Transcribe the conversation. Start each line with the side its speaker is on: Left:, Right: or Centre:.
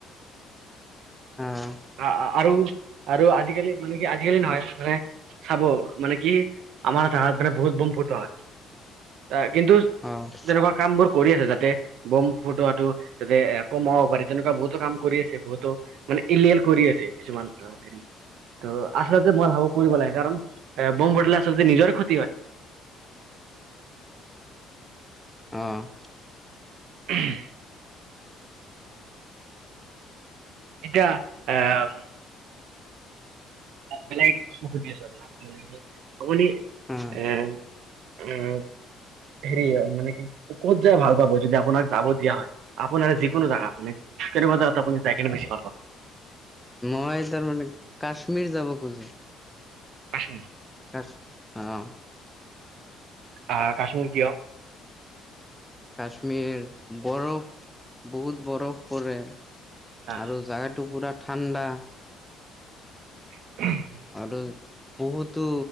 Centre: অ',
Right: আ, আ, আৰু আৰু আজিকালি মানে কি আজিকালি নহয় মানে চাব মানেকি আমাৰ চাহাব <unintelligible> বহুত বম ফুটুৱা হয় কিন্তু
Centre: অ',
Right: তেনেকুৱা কামবোৰ কৰি আছে যাতে বম ফুটোৱাটো তাতে এ কমাব পাৰি বহুতো কাম কৰি আছে বহুতো মানে এলিয়েল কৰি আছে কিছুমান অ হেৰি। ত আচলতে মই ভাবো কৰিব লাগে কাৰণ এ বম্ব ফুটালে আচলতে নিজৰে ক্ষতি হয়।
Centre: অ',
Right: <unintelligible> <unintelligible> বেলেগ প্ৰশ্ন সুধি আছো আপোনাক। আপুনি আহ
Centre: অ',
Right: আহ হেৰি হয় মানে কি। ক'ত যাই ভাল পাব যদি আপোনাক যাব দিয়া হয়। আপোনাৰ যিকোনো জেগা মানে কেনেকুৱা জাগাত আপুনি যাই কিনে বেছি ভাল পাব?
Centre: মই তাৰমানে কাশ্মীৰ যাব খোজো।
Right: কাশ্মীৰ।
Centre: <unintelligible> অ'।
Right: আহ কাশ্মীৰ কিয়?
Centre: কাশ্মীৰ বৰফ বহুত বৰফ পৰে।
Right: আহ
Centre: আৰু জাগাটো পুৰা ঠাণ্ডা।
Right: <unintelligible>
Centre: আৰু বহুতো